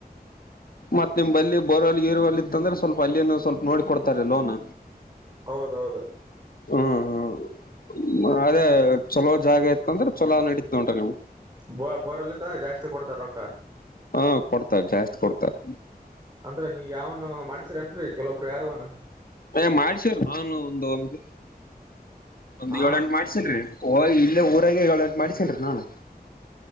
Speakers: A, on the left (about 60°); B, on the right (about 25°).
A: ಮತ್ತತ್ ನಿಮ್ಲ್ಲಿ ಬರವಲ್ಲಿ ಇರುವಲ್ಲಿ ಇತ್ತಂದ್ರೆ ಸ್ವಲ್ಪ ಅಲ್ಲಿಯನ್ನು ಸ್ವಲ್ಪ ನೋಡಿ ಕೊಡ್ತಾರೆ ಲೋನ್
B: ಹೌದೌದು
A: ಹ್ಮ ಹ ಅದೇ ಚಲೋ ಜಾಗ ಇತ್ತ ಅಂದ್ರೆ ಚಲೋ ನಡೀತ ಉಂಟ್ರ ನೀವು
B: ಬೋ ಬೋರಲ್ಲಿತ ಜಾಸ್ತಿ ಕೊಡ್ತಾರ ರೊಕ್ಕ
A: ಹಾ ಕೊಡ್ತಾರೆ ಜಾಸ್ತಿ ಕೊಡ್ತಾರೆ
B: ಅಂದ್ರ ನೀವ್ ಯಾವನು ಮಾಡ್ಸರನ್ರರಿ ಕೆಲವೊಬ್ಬರು ಯಾರನ
A: ಅ ಮಾಡ್ಸವ್ರಿ ನಾನು ಒಂದ ಒಂದು ಒಂದ್
B: ಹ
A: ಏಳಂಟು ಮಾಡ್ಸರಿ ಓ ಇಲ್ಲೇ ಊರಾಗ ಏಳುಎಂಟು ಮಾಡ್ಸ್ಕೊಂಡ್ರಿ ನಾನು